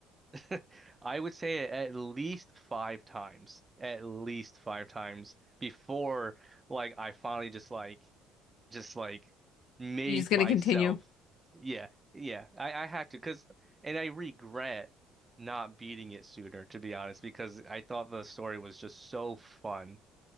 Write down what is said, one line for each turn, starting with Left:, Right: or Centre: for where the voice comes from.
Right: <laughs> I would say at least five times, at least five times before like I finally just like just like made
Left: You're just gonna
Right: myself.
Left: continue.
Right: Yeah, yeah. I I had to because and I regret not beating it sooner to be honest because I thought the story was just so fun.